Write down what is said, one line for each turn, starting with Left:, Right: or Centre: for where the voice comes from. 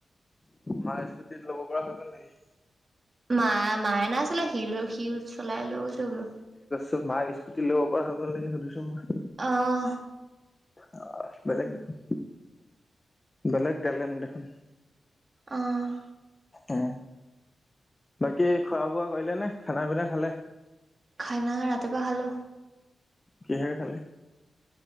Left: মা স্কুস্তিত ল'ব পৰা হৈ গল নেকি?
Right: মায়, মায়ে নাই চলায়। সি সি চলাই লৈ গৈছে বোলো।
Left: তুৰ মাক স্কুট লব পৰা হৈগোল সুধিছো মই?
Right: আহ
Left: আহ বেলেগ দেখোন, বেলেগ টেলেণ্ট দেখোন।
Right: আহ
Left: উম। বাকী খোৱা বোৱা কৰিলে নে খানা পিনা খালে?
Right: খানা ৰাতিপুৱা খালো
Left: কিহেৰে খালে?